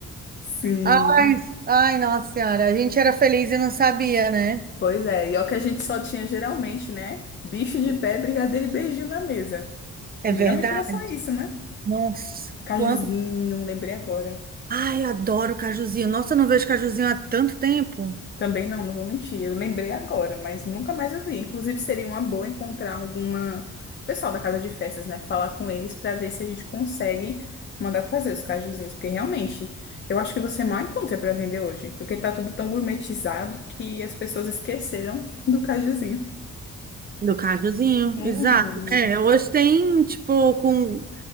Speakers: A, on the left (about 35°); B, on the right (about 30°).
A: Sim.
B: Ai, ai, nossa senhora, a gente era feliz e não sabia, né?
A: Pois é, e é o que a gente só tinha geralmente, né? Bicho de pé, brigadeiro e beijinho na mesa.
B: É
A: Geralmente
B: verdade.
A: era só isso, né?
B: Nossa,
A: Cajuzinho,
B: quanto.
A: lembrei agora.
B: Ai, eu adoro cajuzinho. Nossa, eu não vejo cajuzinho há tanto tempo.
A: Também não, não vou mentir. Eu lembrei agora, mas nunca mais eu vi. Inclusive, seria uma boa encontrar alguma pessoal da casa de festas, né? Falar com eles para ver se a gente consegue mandar fazer os cajuzinhos, porque realmente eu acho que você mal encontra para vender hoje, porque tá tudo tão gourmetizado que as pessoas esqueceram <laughs> do cajuzinho.
B: Do cajuzinho,
A: Uhum.
B: exato. É, hoje tem, tipo, com,